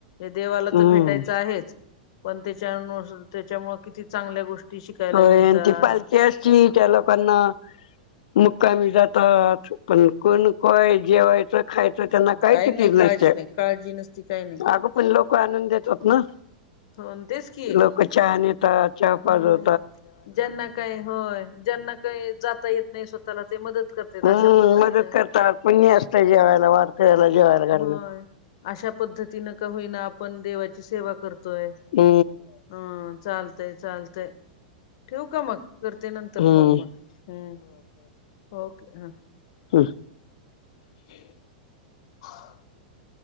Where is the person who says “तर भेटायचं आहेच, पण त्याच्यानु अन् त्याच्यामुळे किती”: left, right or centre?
Left